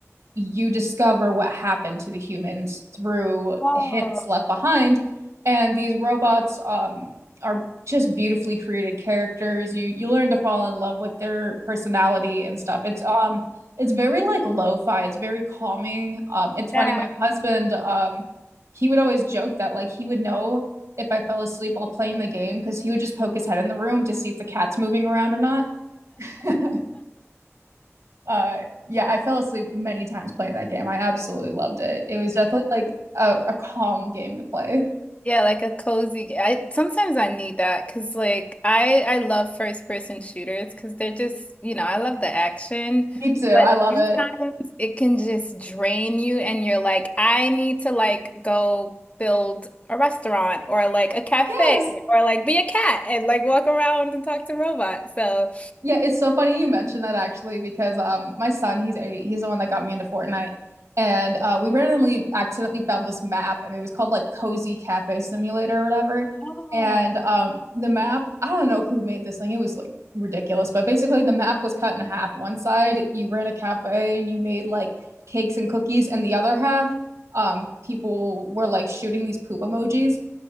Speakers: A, on the right (about 80°); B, on the left (about 25°).
A: you discover what happened to the humans through
B: Oh,
A: hints left behind. And these robots um, are just beautifully created characters. You you learn to fall in love with their personality and stuff. It's um it's very like lo-fi. It's very calming. Um, it's funny.
B: yeah.
A: My husband um he would always joke that like he would know if I fell asleep while playing the game because he would just poke his head in the room to see if the cat's moving around or not. <laughs> Uh, yeah, I fell asleep many times playing that game. I absolutely loved it. It was definitely like a, a calm game to play.
B: Yeah, like a cozy. I sometimes I need that because like I I love first person shooters because they're just you know I love the action,
A: Me too. I
B: but
A: love
B: sometimes
A: it.
B: it can just drain you and you're like I need to like go build a restaurant or like a cafe
A: Yes.
B: or like be a cat and like walk around and talk to robots. So
A: Yeah, it's so funny you mentioned that actually because um my son he's eight he's the one that got me into Fortnite and uh we randomly accidentally found this map and it was called like Cozy Cafe Simulator or whatever
B: Oh.
A: and um the map I don't know who made this thing it was like ridiculous but basically the map was cut in half one side you ran a cafe and you made like cakes and cookies and the other half um people were like shooting these poop emojis